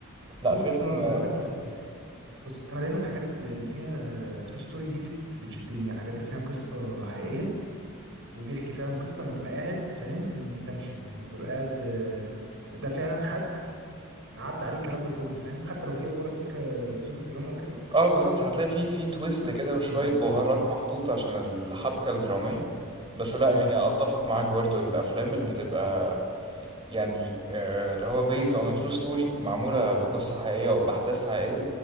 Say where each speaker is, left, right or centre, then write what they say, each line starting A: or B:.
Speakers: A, on the right; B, on the right.
A: لا
B: قصه
A: فيلم
B: ولا كلمه بص انا دايما الحاجات اللي اللي فيها ترو ستوري دي بت بتشدني يعني الحاجات اللي فيها قصه حقيقيه وبيحكي فعلا قصه انا ببقى قاعد فاهم متنشن يعني ببقى قاعد آه، ده فعلا حد عدى عليه الكلام ده كله فاهم حتى لو في افوار سيكا لزوم الدراما وكده
A: اه بالظبط هتلاقي فيه فيه تويست
B: اه
A: كده وشوية
B: اه
A: بهارات
B: اه
A: محطوطة عشان الحبكة الدرامية بس لا
B: اه
A: يعني
B: اه
A: اتفق معاك برضو الافلام اللي بتبقى يعني آه، اللي هو based on a true story معمولة بقصة حقيقية أو بأحداث حقيقية